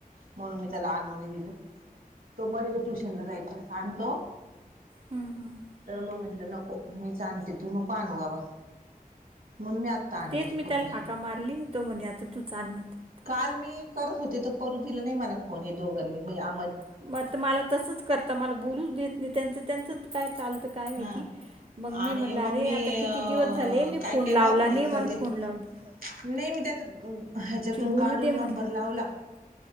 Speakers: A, on the right; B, on the right.
A: म्हणून मी त्याला आणू नाही दिलं. तो म्हणे ट्युशनला जायच सांगतो.
B: हं, हं.
A: तर मग म्हंटलं नको मीच आणते तु नको आणू बाबा म्हणून मी आत्ता आणले
B: तेच मी
A: कपडे.
B: त्याला हाका मारली तो म्हणे आता तूच आन म्हणते.
A: काल मी करत होते तर परू दिलं नाही मला फोन हे दोघांनी म आ
B: <unintelligible> मग मला तसच करता मला बोलूच देत नाही त्यांच त्यांच काय चालतं काय माहिती
A: हा
B: मग मी
A: आणि
B: म्हटलं
A: मग
B: अरे
A: मी
B: आता
A: अ
B: किती दिवस झाले मी
A: काय
B: फोन
A: केलं
B: लावला नाही
A: हे कधी
B: मला फोन लावू देत.
A: नाही मी त्याच -ह्याच्यातून
B: बोलू
A: काढून
B: दे म्हणलं
A: नंबर लावला.